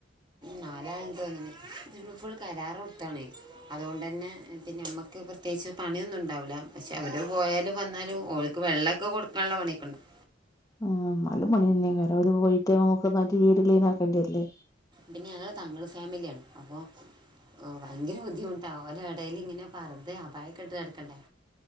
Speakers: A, on the right (about 25°); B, on the left (about 20°).
A: നാലാള്ണ്ട് തോന്ന്ണ്. ഇത് ഫുൾ കരാർ കൊടുത്താണെ അതോണ്ടന്നെ പിന്നെ നമ്മ ക്ക് പ്രത്യേകിച്ച് പണിയൊന്നും ഉണ്ടാവുലാ. പക്ഷേ അവര് പോയാലും വന്നാലും ഓൽക്ക് വെള്ളൊക്കെ കൊടുക്കാള്ള പണിയൊക്കെ ഉണ്ടാം
B: ആഹ് ഇന്നാലും പണ്യെന്നെക്കാരം. ഓല് പോയിട്ട് നമുക്കൊന്നായ്ട്ട് വീട് ക്ലീൻ ആക്കണ്ടി വര്ല്ലേ
A: പിന്നെ ഞങ്ങള് തങ്ങൾ ഫാമിലിയാണ് അപ്പം ഓഹ് ഭയങ്കര ബുദ്ധിമുട്ടാ. ഓലെ എടേല് ഇങ്ങനെ പർദ്ദേ അപായെ ഒക്കെട്ട് നടക്കണ്ടേ